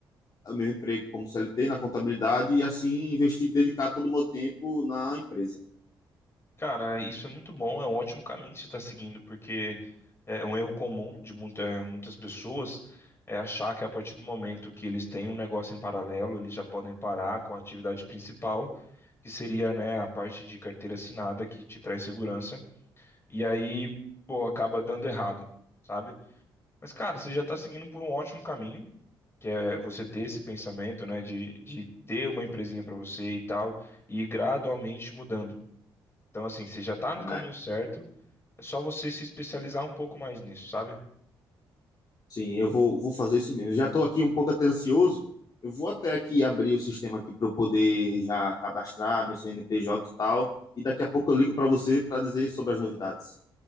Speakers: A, on the left; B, on the left.
A: o meu emprego como CLT na contabilidade e assim investir, dedicar todo o meu tempo na empresa.
B: Cara, isso é muito bom, é um ótimo caminho que você está seguindo, porque é um erro comum de muita, muitas pessoas é achar que a partir do momento que eles têm um negócio em paralelo, eles já podem parar com a atividade principal, que seria, né, a parte de carteira assinada que te traz segurança, e aí, pô, acaba dando errado, sabe? Mas, cara, você já está seguindo por um ótimo caminho. Que é você ter esse pensamento, né, de, de ter uma empresinha para você e tal, e ir gradualmente mudando. Então, assim, você já está no
A: né?
B: caminho certo, é só você se especializar um pouco mais nisso, sabe?
A: Sim, eu vou, vou fazer isso mesmo. Já estou aqui um pouco até ansioso. Eu vou até aqui abrir o sistema aqui para eu poder já cadastrar meu CNPJ e tal. E daqui a pouco eu ligo para você para dizer sobre as novidades.